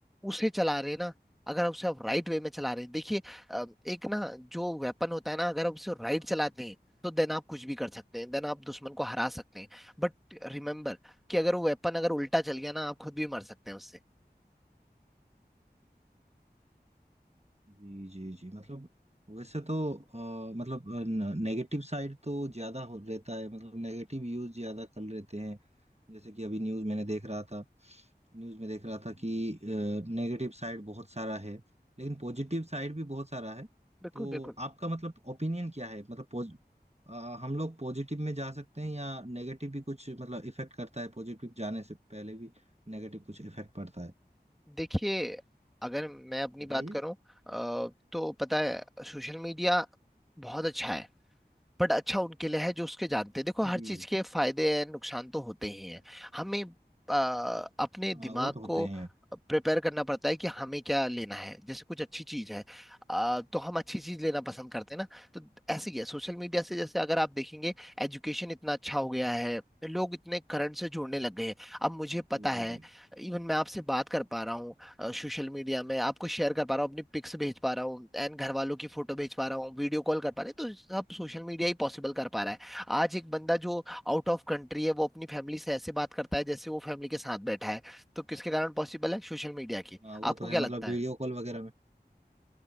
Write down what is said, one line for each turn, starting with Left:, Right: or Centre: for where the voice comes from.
Centre: उसे चला रहे हैं ना अगर आप उसे आप राइट वे में चला रहे हैं देखिए अ, एक ना जो वेपन होता है ना अगर आप उसे राइट
Right: जी
Centre: चलाते हैं तो देन आप कुछ भी कर सकते हैं देन आप दुश्मन को हरा सकते हैं बट रिमेम्बर कि अगर वो वेपन अगर उल्टा चल गया ना आप खुद भी मर सकते हैं उससे
Right: जी जी जी मतलब वैसे तो अ, मतलब नेगेटिव साइड तो ज्यादा हो रहता है मतलब नेगेटिव यूज ज्यादा कर लेते हैं जैसे कि अभी न्यूज मैंने देख रहा था न्यूज में देख रहा था कि नेगेटिव साइड बहुत सारा है लेकिन पॉजिटिव साइड भी बहुत सारा है
Centre: बिल्कुल
Right: तो
Centre: बिल्कुल
Right: आपका मतलब ओपिनियन क्या है मतलब पॉज- अ, हम लोग पॉजिटिव में जा सकते हैं या नेगेटिव भी कुछ मतलब इफेक्ट करता है पॉजिटिव जाने से पहले भी नेगेटिव कुछ इफेक्ट पड़ता है
Centre: देखिए अगर मैं अपनी
Right: बताइए
Centre: बात करूं अ, तो पता है सोशल मीडिया बहुत अच्छा है बट अच्छा उनके लिए है जो उसके जानते हैं देखो
Right: जी
Centre: हर चीज के फायदे एंड नुकसान तो होते ही हैं हमें आ, अपने
Right: हाँ
Centre: दिमाग
Right: वो तो होते
Centre: को
Right: हैं
Centre: प्रिपेयर करना पड़ता है कि हमें क्या लेना है जैसे कुछ अच्छी चीज है आ, तो हम अच्छी चीज लेना पसंद करते हैं ना तो ऐसे ही है सोशल मीडिया से जैसे अगर आप देखेंगे एजुकेशन इतना अच्छा हो गया है लोग इतने करंट से जुड़ने लग गए हैं अब मुझे
Right: जी
Centre: पता है
Right: जी जी
Centre: इवन मैं आपसे बात कर पा रहा हूँ सोशल मीडिया में आपको शेयर कर पा रहा हूँ अपनी पिक्स भेज पा रहा हूँ एंड घर वालों की फोटो भेज पा रहा हूँ वीडियो कॉल कर पा रहे हैं तो सब सोशल मीडिया ही पॉसिबल कर पा रहा है आज एक बंदा जो आउट ऑफ कंट्री है वो अपनी फैमिली से ऐसे बात करता है जैसे वो फैमिली के साथ बैठा है तो किसके कारण पॉसिबल है सोशल मीडिया की
Right: हाँ वो
Centre: आपको
Right: तो है
Centre: क्या
Right: मतलब
Centre: लगता है
Right: वीडियो कॉल वगैरह में